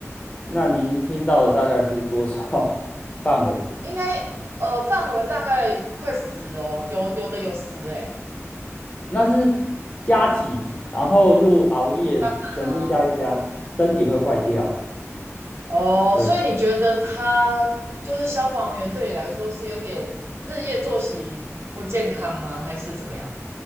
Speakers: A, on the left (about 25°); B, on the right (about 55°).
A: 那您听到的大概是多少 <laughs> 范围？
B: 应该呃范围大概快十哦，有有的有十哎，
A: 那是加几，然后又熬夜，
B: 当然啊，
A: 全部加一加，身体会坏掉。
B: 哦，
A: 对，
B: 所以你觉得他就是消防员对你来说是有点日夜作息不健康吗？还是怎么样？